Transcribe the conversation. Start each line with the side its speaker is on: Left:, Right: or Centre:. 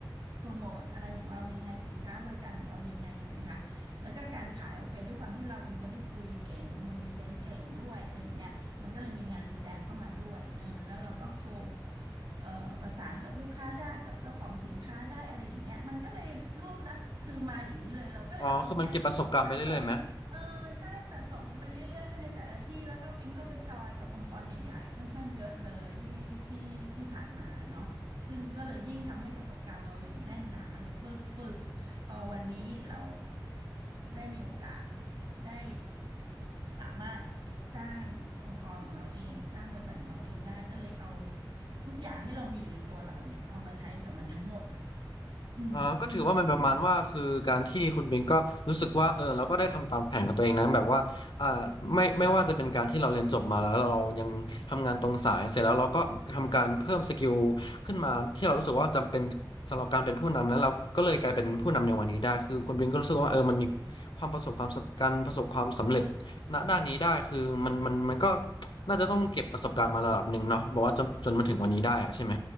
Right: โปรโมทอะไรของเรายังไงสินค้าบริการของเรายังไงถูกไหมคะแล้วก็การขายโอเคด้วยความที่เราเป็นคนที่คุยเก่งเป็นคนพรีเซนต์เก่งด้วยอะไรอย่างเงี้ยมันก็เลยมีงานนิแจมเข้ามาด้วยเออแล้วเราก็โค เอ่อประสานกับลูกค้าได้กับเจ้าของสินค้าได้อะไรอย่างเงี้ยมันก็เลยรวบลัดคือมาอย่างนี้เลยเราก็เลยเอาตรงเนี้ย
Left: อ๋อคือมันเก็บประสบการณ์ไปเรื่อยๆไหม
Right: สะสมเออใช่สะสมไปเรื่อยๆในแต่ละที่แล้วก็ปิ๊งก็ไปจอยกับองค์กรใหญ่ๆค่อนข้างเยอะเลยที่ที่ที่ผ่านมาเนาะซึ่งก็เลยยิ่งทำให้ประสบการณ์เราอย่างแน่นหนาเลยปึกปึกพอวันนี้เราได้มีโอกาสได้สามารถสร้างองค์กรของเราเองสร้างบริษัทของเราเองได้ก็เลยเอา ทุกอย่างที่เรามีอยู่ในตัวเราเนี่ยเอามาใช้กับมันทั้งหมดเลยอืมซึ่งซึ่ง
Left: อ่าก็ถือว่ามันประมาณว่าคือการที่คุณบิงก็รู้สึกว่าเออเราก็ได้ทำตามแผนของตัวเองนะแบบว่าอ่าไม่ไม่ว่าจะเป็นการที่เราเรียนจบมาแล้วเรายังทำงานตรงสายเสร็จแล้วเราก็ทำการเพิ่มสกิลขึ้นมาที่เรารู้สึกว่าจำเป็นสำหรับการเป็นผู้นำแล้วเราก็เลยกลายเป็นผู้นำในวันนี้ได้คือคุณบิงก็รู้สึกว่าเออมันมีความประสบความสการประสบความสำเร็จณด้านนี้ได้คือมันมันมันก็น่าจะต้องเก็บประสบการณ์มาระดับหนึ่งเนาะบอกว่าจนจนมาถึงวันนี้ได้อะใช่ไหม